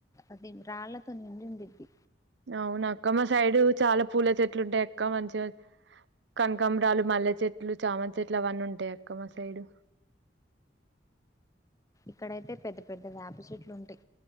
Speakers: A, on the left; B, on the right.
A: అది రాళ్ళతో నిండి ఉండిడిద్ది
B: అవునా అక్క మా సైడు చాలా పూల చెట్లు ఉంటాయి అక్క మంచిగా కనకాంబ్రాలు మల్లె చెట్లు చామంతి చెట్లు అవన్నీ ఉంటాయి అక్క మా సైడు
A: ఇక్కడైతే పెద్ద పెద్ద వేప చెట్లు ఉంటాయి